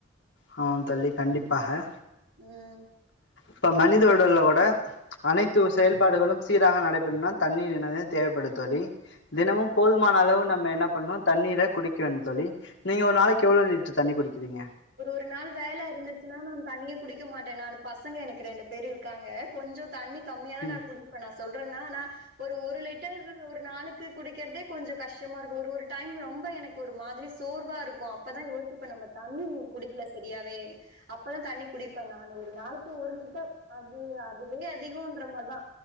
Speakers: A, on the left; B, on the right.
A: ஆமாம் தோழி கண்டிப்பாக
B: ம்
A: இப்ப மனித உடல்ல கூட அனைத்து செயல்பாடுகளு சீராக நடைபெறுனா தண்ணீ <unintelligible> தேவைப்படு தோழி
B: ஆமா
A: தினமும்
B: கண்டிப்பா
A: போதுமான அளவு நம்ம என்ன பண்ணோ தண்ணீர குடிக்கணு தோழி நீங்க
B: ம்
A: ஒரு நாளைக்கு எவ்ளோ லிட்ரு தண்ணி குடிக்கிறீங்க
B: ரெண்டு நாள் வேல இருந்துச்சுன்னா நா தண்ணியே குடிக்க மாட்டே நானு பசங்க எனக்கு ரெண்டு பேரு இருக்காங்க கொஞ்சோ தண்ணி கம்மியா தா
A: ம்
B: நா குடிப்பே நா சொல்றனா ஆனா ஒரு ஒரு ஒரு லிட்டர் ஒரு நாளுக்கு குடிக்கிறதே கொஞ்சோ கஷ்டமா இருக்கு ஒரு ஒரு டைம் ரொம்ப எனக்கு ஒரு மாதிரி சோர்வா ர் வா இருக்கு அப்பதா யோசிப்பே நம்ப தண்ணி குடிக்கல சரியாவே அப்பதா தண்ணி குடிப்பே நானு ஒரு நாளுக்கு ஒரு லிட்டர் அது அதுவே அதிகோன்ற மாரிதா